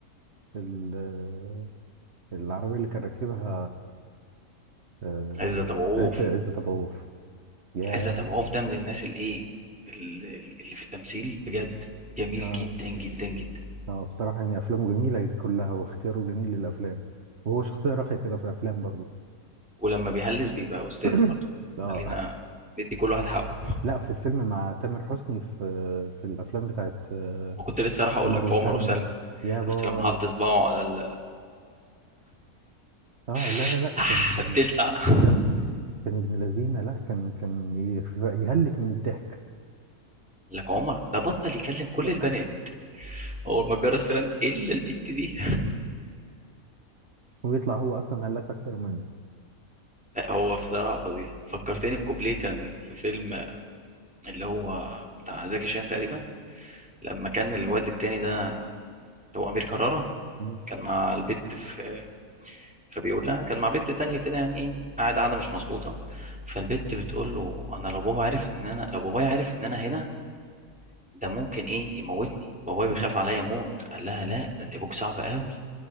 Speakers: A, on the right (about 50°); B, in the centre.
A: ال- العربيه اللي كان راكبها آه،
B: عزت ابو عوف
A: عيسى عيسى طبعوف ياه
B: عزت ابو عوف ده من الناس الايه اللي اللي في التمثيل بجد جميل
A: آه.
B: جدا جدا جدا
A: اه بصراحة يعني أفلامه جميلة كلها واختياره جميل للأفلام وهو شخصية راقية كده في الأفلام برضو
B: ولما بيهلس بيبقى استاذ
A: <coughs>
B: برضه
A: <clears throat> اه
B: خلينا ندي كل واحد حقه
A: لا في الفيلم مع تامر حسني في في الأفلام بتاعت آه،
B: وكنت لسه راح اقول
A: عمر
B: لك
A: وسلمى
B: في عمر وسلمى
A: يا باي
B: شفت لما حط صباعه على ال
A: اه لا
B: <laughs>
A: لا لا
B: يح
A: كان كان
B: بتلسع قال
A: كان كان ابن لذينة لا كان كان يخ- يهلك من الضحك
B: لك عمر ده بطل يكلم كل
A: ده-
B: البنات
A: <laughs>
B: اول ما جرى السيران الا البت دي
A: ويطلع هو أصلا هلاس أكتر منه
B: لا هو بصراحه فظيع فكرتني
A: اه
B: بكوبليه كان في فيلم اللي هو بتاع زكي شان تقريبا لما كان الواد التاني ده اللي هو امير كرارة
A: مم،
B: كان مع البت في فبيقول لها كان مع بنت تانية كده يعني ايه قاعد قاعدة مش مظبوطة فالبت بتقول له انا لو بابا عرف ان انا لو بابايا عرف ان انا هنا ده ممكن ايه يموتني بابايا بيخاف
A: مم.
B: عليا موت قال لها لا ده انت ابوك صعب قوي